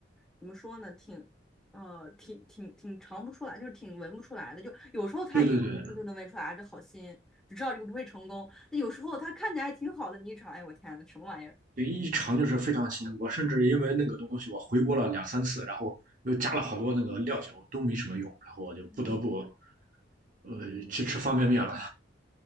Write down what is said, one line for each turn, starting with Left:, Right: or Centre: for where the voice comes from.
Centre: 怎么说呢，挺呃挺挺挺尝不出来，就是挺闻不出来的。就有时候它一炒我就能闻出来，
Right: 对对对，
Centre: 啊这好腥，只知道这个不会成功。那有时候它看起来还挺好的，你一炒，哎，我天呐，什么玩意儿？
Right: 对一尝就是非常腥。我甚至因为那个东西，我回锅了两三次，然后又加了好多那个料酒，都没什么用，然后我就不得不
Centre: 嗯，
Right: 呃去吃方便面了。